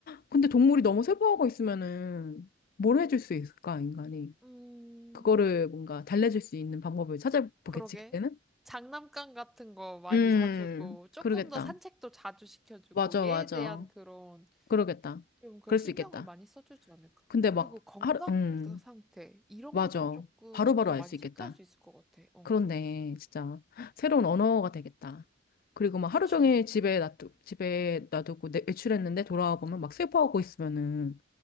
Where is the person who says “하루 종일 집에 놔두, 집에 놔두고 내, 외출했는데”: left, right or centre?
Left